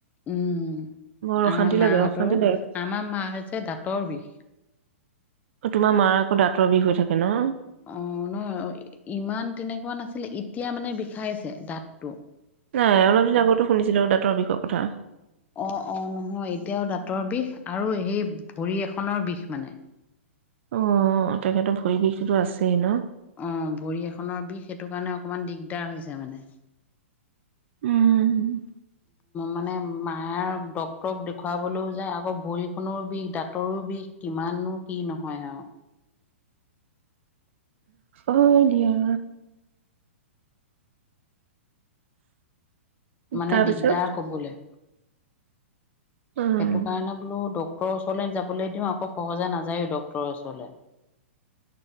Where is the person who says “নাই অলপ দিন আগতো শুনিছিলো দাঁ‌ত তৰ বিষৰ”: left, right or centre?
Right